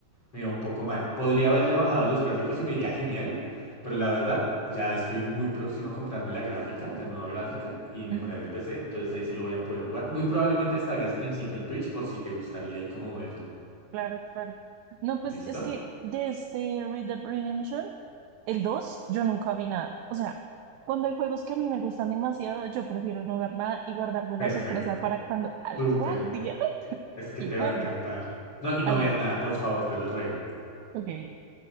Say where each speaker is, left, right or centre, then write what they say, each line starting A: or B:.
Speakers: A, on the left; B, on the right.
A: me iba un poco mal. Podría haberle bajado los gráficos y me iría genial, pero la verdad, ya estoy muy próximo a comprarme la gráfica, la nueva gráfica y mejorar
B: ujú,
A: el PC, entonces ahí sí lo voy a poder jugar. Muy probablemente hasta haga streamcito en Twitch por si te gustaría ahí como verlo.
B: claro, claro. No, pues
A: ¿Listo?
B: es que de este Red Dead Redemption, el 2 yo nunca vi nada. O sea, cuando hay juegos que a mí me gustan demasiado, yo prefiero no ver nada y guardarme
A: Perfecto.
B: la sorpresa para cuando algún
A: Súper.
B: día,
A: Es
B: <laughs>
A: que
B: algún
A: te va a encantar.
B: día,
A: No, y no
B: al,
A: veas nada, por favor, te lo ruego.
B: ok.